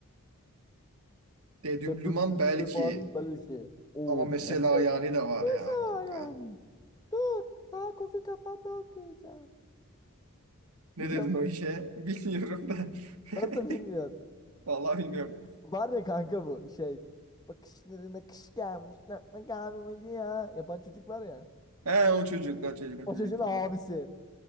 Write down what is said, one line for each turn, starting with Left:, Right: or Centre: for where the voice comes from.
Right: Dedüblüman
Left: Debdüdüdüman
Right: belki
Left: belki. O
Right: ama mesela
Left: mesela.
Right: yani de var
Left: Mesela
Right: ya kanka.
Left: yani. Dur. Daha kofi kafada okuyacağım.
Right: Ne
Left: Biliyor
Right: dedin
Left: musun?
Right: o işe? <laughs> Bilmiyorum da. <laughs>
Left: Nasıl bilmiyorsun?
Right: Vallahi bilmiyorum.
Left: Var ya kanka bu şey. Bakışlarına kış gelmiş. Ne ne kahvemacı ya. Yapan çocuk var ya.
Right: He o çocuk, o çocuk, o
Left: O
Right: çocuk
Left: çocuğun
Right: tamam.
Left: abisi.